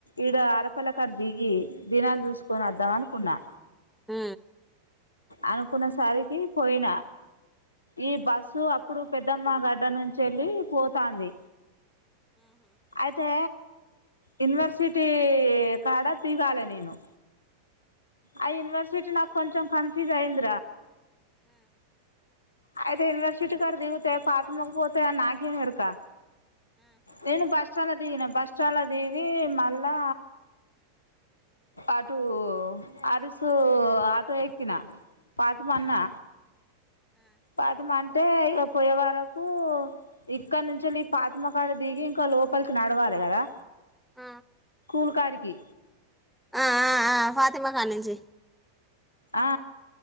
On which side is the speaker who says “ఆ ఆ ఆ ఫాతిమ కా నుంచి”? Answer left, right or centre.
Centre